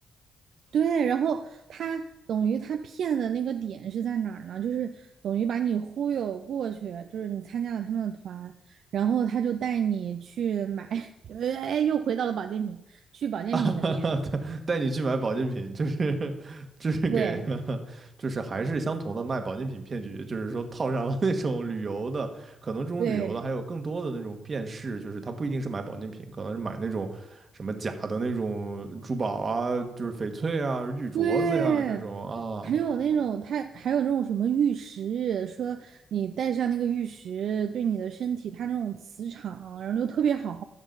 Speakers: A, on the right; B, on the right.
A: 对，然后他等于他骗的那个点是在哪儿呢？就是等于把你忽悠过去，就是你参加了他们的团，然后他就带你去买，<laughs> 呃，哎，又回到了保健品，去保健品的店。
B: <laughs> 带你去买保健品，就是就是给，
A: 对
B: <laughs> 就是还是相同的卖保健品骗局，就是说套上了那种旅游的，可能这种旅游的还有更多的那种辨识，
A: 对
B: 就是他不一定是买保健品，可能是买那种什么假的那种珠宝啊，就是翡翠啊、玉镯子呀、
A: 对，
B: 这种啊
A: 还有那种它还有那种什么玉石，说你戴上那个玉石，对你的身体它那种磁场，然后就特别好，